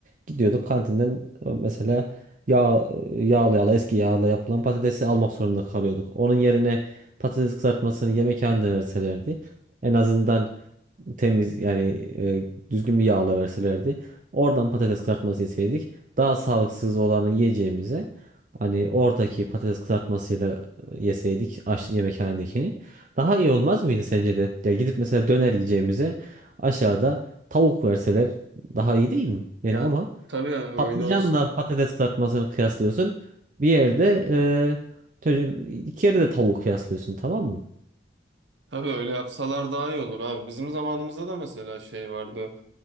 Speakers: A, on the right (about 45°); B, on the right (about 80°).
A: Gidiyorduk kantinden e, mesela yağ, e, yağlı yağlı eski yağla yapılan patatesi almak zorunda kalıyorduk. Onun yerine patates kızartmasını yemekhanede verselerdi en azından temiz yani e, düzgün bir yağla verselerdi. Oradan patates kızartması yeseydik daha sağlıksız olanı yiyeceğimize hani oradaki patates kızartmasıyla e, yeseydik aç yemekhanedekini daha iyi olmaz mıydı sence de? Ya gidip mesela döner yiyeceğimize aşağıda Tavuk verseler daha iyi değil mi? Yani
B: ya
A: ama
B: tabii öyle
A: patlıcanla
B: olsa.
A: patates kızartmasını kıyaslıyorsun. Bir yerde e, çocuk, iki yerde de tavuk kıyaslıyorsun tamam mı?
B: Tabii öyle yapsalar daha iyi olur abi. Bizim zamanımızda da mesela şey vardı.